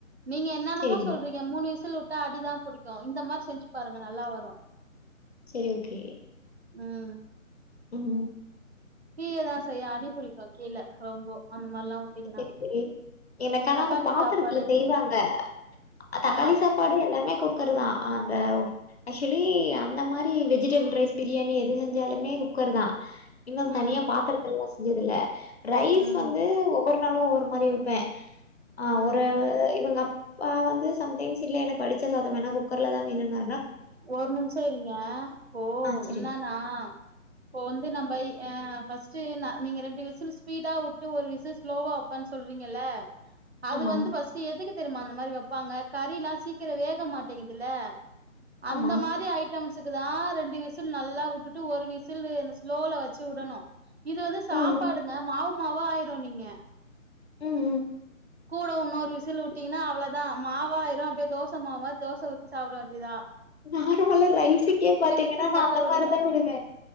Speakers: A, on the right (about 50°); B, on the left (about 50°).
A: நீங்க என்னென்னமோ
B: சரிங்க.
A: சொல்றீங்க ங்க மூணு விசில் உட்டா அடிதா புடிக்கு இந்த மாரி செஞ்சு பாருங்க நல்லா வரு
B: செரி ஓக்கே
A: ம்
B: ம் ம்
A: தீய தா செய்யு அடிபுடிக்கு கீழே ரொம்போ அந்த மாரிலா வுட்டீங்கன்னா
B: சரி சரி எனக்கானா
A: தக்காளி
B: அந்த பாத்தரத்துல
A: சாப்பாடு
B: செய்வாங்க அ தக்காளி
A: ஆ
B: சாப்பாடு எல்லாமே குக்கரு தா அந்த ஆக்சுவலி அந்த மாரி வெஜிடபிள் ரைஸ் பிரியாணி எது செஞ்சாலுமே குக்கர் தா இன்னு
A: ம்
B: தனியா பாத்தரத்துலல்லா செஞ்சது இல்ல ரைஸ்
A: ம்
B: வந்து டு ஒவ்வொரு நாளு ஒவ்வொரு மாரி வெப்பே ஆ
A: ம்
B: ஒரு இவங்க அப் அப்பா வந்து சம்டைம்ஸ் இல்ல எனக்கு வடிச்ச சாதம் வேணா குக்கர்ல தா வேணுனாருனா
A: ஒரு நிமிஷோ இருங்க ஓ
B: ஆ சரி
A: என்னண்ணா இப்போ வந்து நம்பா ஏ ஃபர்ஸ்ட்டு ந நீங்க ரெண்டு விசில் ஸ்பீடா வுட்டு ஒரு விசில் ஸ்லோவா ப்பான் சொல்றீங்கில்ல அது
B: ஆமா
A: வந்து பர்ஸ்ட் எதுக்கு தெரியமா அந்த மாரி வெப்பாங்க கறில்லா சீக்கிரோ வேக மாட்டேங்கதுல்ல அந்த
B: ஆமா
A: மாரி ஆயிட் டம்ஸ்சுக்கு தா ரெண்டு விசில் நல்லா உட்டுட்டு ஒரு விசில் என்ன ஸ்லோல வச்சு உடணு இது வந்து சாப்பாடுங்க
B: ம்
A: மாவு மாவா ஆயிரு நீங்க
B: ம் ம்
A: கூட இன்னொரு விசுல் வுட்டீங்கன்னா அவ்ளதா மாவாயிரு அப்டியே தோச மாவு மாரி தோச ஊத்தி சாப்ட வேண்டிதா
B: நார்மலா ரைஸக்கே பாத்தீங்கன்னா
A: விசில்
B: நா
A: மட்டு
B: அந்த
A: வுடுங்க
B: மாரிதா விடுவ